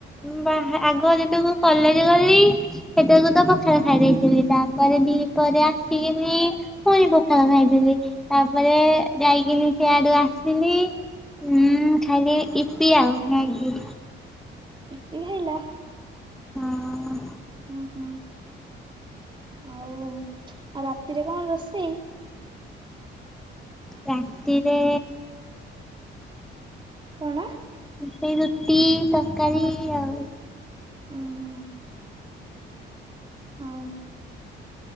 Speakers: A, in the centre; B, on the right (about 25°).
A: ବା ଆଗ ଯେତେକ କଲେଜ ଗଲି ସେତବେଳକୁ ତ ପଖାଳ ଖାଇ ଦେଇେଇଥିଲି ତାପରେ ଦିପରେ ଆସିକିନି ପୁଣି ପଖାଳ ଖାଇଥିଲି ତାପରେ ଯାଇକିନି ସିଆଡୁ ଆସିଲି ହୁଁ ଖାଇଲି ଇପି ଆଉ ମ୍ୟାଗି
B: ଏବେ ଖାଇଲ
A: ହଁ।
B: ଉଁ ହୁଁ ଆଉ ଆଉ ରାତିରେ କଁ ରୋଷେଇ।
A: ରାତିରେ।
B: କଣ।
A: ସେଇ ରୁଟି ତକାରୀ ଆଉ।
B: ଉଁ ହୁଁ। ହଉ।